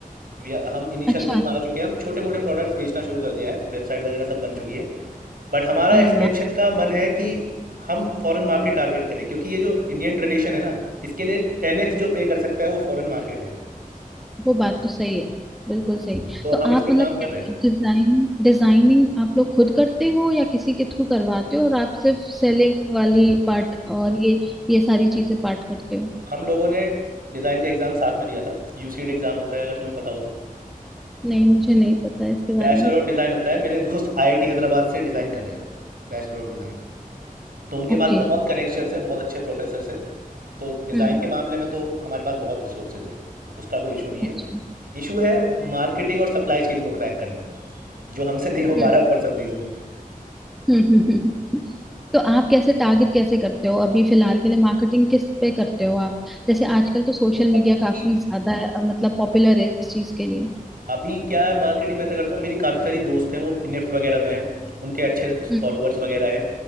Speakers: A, on the right (about 80°); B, in the centre.
A: We are- हम इनिशियल
B: अच्छा
A: फेज में आ चुके हैं हम छोटे मोटे प्रोडक्ट्स बेचना शुरू कर दिया है वेबसाइट वगैरह सब बन चुकी है बट हमारा
B: अरे
A: एक्सपेंशन
B: वाह
A: का मन है कि हम फॉरेन मार्केट टारगेट करें क्योंकि ये जो इंडियन ट्रेडिशन है ना इसके लिए टेन एक्स जो पे कर सकता है वो फॉरेन मार्केट है
B: वो बात तो सही है बिल्कुल सही
A: तो
B: तो
A: हम
B: आप
A: इस पे
B: मतलब
A: काम कर
B: कैसे
A: रहे हैं
B: डिजाइनिंग डिजाइनिंग आप लोग खुद करते हो या किसी के थ्रू करवाते हो और आप सिर्फ सेलिंग वाली पार्ट और ये ये सारी चीजें पार्ट करते हो
A: हम लोगों ने डिज़ाइन का एग्ज़ाम साथ में दिया था यू सी डी एग्ज़ाम होता है अगर तुम्हें पता हो तो
B: नहीं मुझे नहीं पता इसके बारे
A: बैचलर
B: में
A: ऑफ डिज़ाइन होता है मेरे दोस्त आई आई टी हैदराबाद से डिज़ाइन कर रहे हैं बैचलर ऑफ डिज़ाइन तो उनके
B: ओके
A: पास बहुत कनेक्शन है बहुत अच्छे प्रोफेसर से तो डिज़ाइन
B: हम्म
A: के मामले में तो हमारे पास बहुत रिसोर्सेज है उसका कोई इशू नहीं
B: अच्छा
A: है इशू है मार्केटिंग और सप्लाई चेन को क्रैक करना जो हमसे नहीं हो पा
B: हम्म
A: रहा फॉर सम रीज़न।
B: हम्म हम्म, हम्म। तो आप कैसे टारगेट कैसे करते हो अभी फिलहाल के लिए मार्केटिंग किस पे करते हो आप जैसे आजकल तो सोशल मीडिया
A: अभी
B: काफी ज्यादा अ, मतलब पॉपुलर है इस चीज के लिए
A: अभी क्या है मार्केटिंग में ऐसा करता हूँ मेरी काफ़ी सारी दोस्त हैं वो निफ्ट वगैरह में हैं। उनके अच्छे
B: हम्म
A: फॉलोअर्स वगैरह हैं।